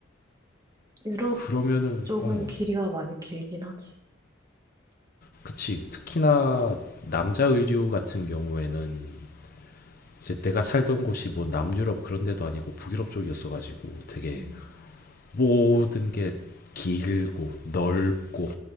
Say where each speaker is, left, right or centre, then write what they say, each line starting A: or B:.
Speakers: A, on the right; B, on the left.
A: 유럽
B: 그러면은
A: 쪽은
B: 어
A: 길이가 많이 길긴 하지.
B: 그치. 특히나 남자 의류 같은 경우에는 이제 내가 살던 곳이 뭐 남유럽 그런 데도 아니고 북유럽 쪽이었어가지고 되게
A: 음,
B: 모든 게 길고 넓고